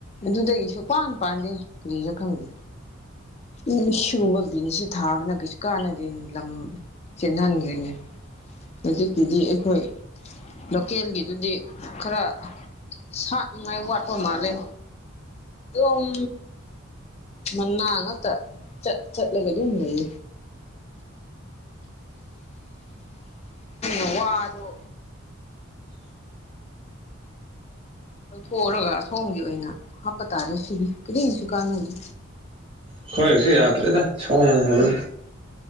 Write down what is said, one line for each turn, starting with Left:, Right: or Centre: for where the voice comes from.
Left: ꯑꯗꯨꯗꯒꯤ ꯁꯨꯄꯥꯟ ꯄꯥꯟꯗꯦ ꯀꯔꯤꯁꯨ ꯈꯪꯗꯦ ꯎꯝ ꯁꯤꯒꯨꯝꯕ ꯕꯤꯟꯁꯁꯤ ꯊꯥꯕꯅ ꯀꯩꯁꯨ ꯀꯥꯟꯅꯗꯦ ꯂꯝ ꯆꯦꯟꯍꯟꯒ꯭ꯔꯤꯅꯤ ꯍꯧꯖꯤꯛꯀꯤꯗꯤ ꯑꯩꯈꯣꯏ ꯂꯣꯀꯦꯜꯒꯤ ꯑꯗꯨꯗꯤ ꯈꯔ ꯁꯥꯠꯅꯤꯡꯉꯥꯏ ꯋꯥꯠꯄ ꯃꯥꯜꯂꯦ ꯑꯗꯨꯝ ꯃꯅꯥ ꯉꯥꯛꯇꯥ ꯆꯠ ꯆꯠꯂꯒ ꯑꯗꯨꯝ ꯂꯩ ꯎꯝ ꯋꯥꯗꯣ ꯂꯧꯊꯣꯛꯎꯔꯒ ꯑꯁꯣꯝꯒꯤ ꯑꯣꯏꯅ ꯍꯥꯞꯄ ꯇꯥꯔꯦ ꯁꯤꯗꯤ ꯀꯔꯤꯝꯁꯨ ꯀꯥꯟꯅ‍ꯗꯦ
Right: ꯑꯈꫭꯏꯒꯤꯁꯨ ꯌꯥꯗ꯭ꯔꯦꯗ ꯁꯣꯡꯕꯅ